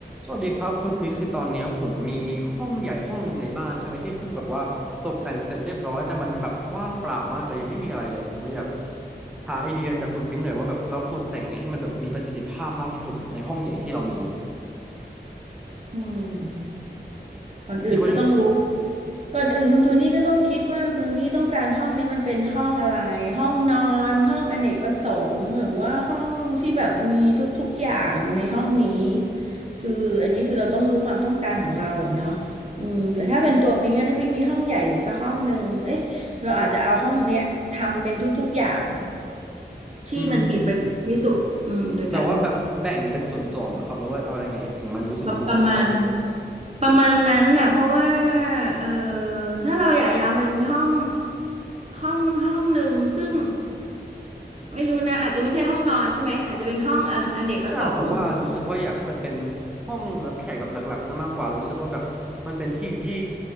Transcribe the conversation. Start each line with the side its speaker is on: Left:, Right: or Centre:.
Centre: สวัสดีครับคุณปิ๊กคือตอนเนี้ยผมมีห้องใหญ่ห้องหนึ่งในบ้านใช่ไหมที่เพิ่งแบบว่าตกแต่งเสร็จเรียบร้อยแต่มันแบบว่างเปล่ามากเลยยังไม่มีอะไรเลยผมเลยอยากหาไอเดียจากคุณปิ๊กหน่อยว่าแบบเราควรแต่งไงให้มันแบบมีประสิทธิภาพมากที่สุดในห้องใหญ่ที่เรามีเนี่ย
Right: อืมก่อนอื่นก็ต้องรู้
Centre: คิดว่ายังไงครับ
Right: ก่อนอื่นคุณโทนี่ก็ต้องคิดว่าคุณโทนี่ต้องการห้องนี้มันเป็นห้องอะไรห้องนอนห้องอเนกประสงค์หรือว่าห้องที่แบบมีทุกๆอย่างอยู่ในห้องนี้คืออันนี้คือเราต้องรู้ความต้องการของเราอะเนาะอืมแต่ถ้าเป็นตัวปิ๊งอะถ้าปิ๊งมีห้องใหญ่อยู่สักห้องหนึ่งเอ๊ะเราอาจจะเอาห้องเนี้ยทำเป็นทุกๆอย่างที่มันปีประโยชน์ที่สุดอืมโดยการ
Centre: อืมแบบว่าแบบแบ่งเป็นส่วนๆเหรอครับแล้วว่าเอายังไงถึงมันรู้สึกว่ามีประสิทธิภาพมากที่สุด
Right: ประประมาณประมาณนั้นน่ะเพราะว่าเออถ้าเราอยากจะเอาเป็นห้องห้องห้องหนึ่งซึ่งไม่รู้นะอาจจะไม่ใช่ห้องนอนใช่ไหมอาจจะเป็นห้องเอออเนกประสงค์
Centre: ใช่ผมว่ารู้สึกว่าอยากให้มันเป็นห้องรับแขกแบบหลักๆซะมากกว่ารู้สึกว่าแบบมันเป็นที่ที่